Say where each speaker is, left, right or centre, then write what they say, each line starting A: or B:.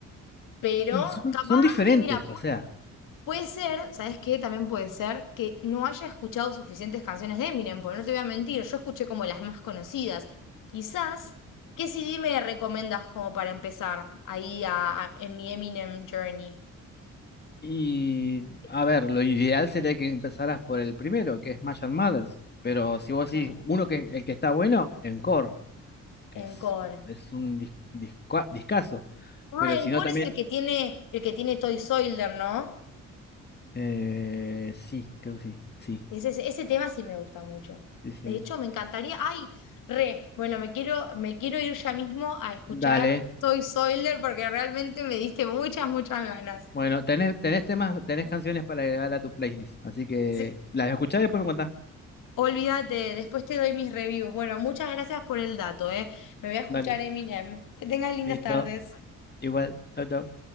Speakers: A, on the left; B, on the left.
A: pero
B: Y son,
A: capaz
B: son diferentes,
A: que, mira,
B: o sea.
A: Puede ser, ¿sabes qué? También puede ser que no haya escuchado suficientes canciones de Eminem, porque no te voy a mentir, yo escuché como las más conocidas. Quizás, ¿qué CD me recomendas como para empezar ahí a, a- en mi Eminem Journey?
B: Y a ver, lo ideal sería que empezaras por el primero, que es Smash and Pero si
A: Ok.
B: vos decís uno que el que está bueno, Encore, que
A: Encore.
B: es, es un dis- discua- discazo.
A: Ah,
B: Pero si
A: Encore
B: no, también.
A: es el que tiene, el que tiene Toy Soldier, ¿no?
B: eh, sí, creo que sí. Sí,
A: Ese, ese tema sí me gusta mucho.
B: sí, sí.
A: De hecho, me encantaría. ¡Ay! Re, bueno, me quiero, me quiero ir ya mismo a escuchar
B: Dale.
A: Toy Soldier porque realmente me diste muchas, muchas ganas.
B: Bueno, tenés, tenés temas, tenés canciones para agregar a tu playlist, así que
A: Sí,
B: las escuchás y después me contás.
A: olvídate, después te doy mis reviews. Bueno, muchas gracias por el dato, ¿eh? Me voy a escuchar
B: Vale,
A: Eminem. Que tengas lindas
B: listo.
A: tardes.
B: Igual, chau, chau.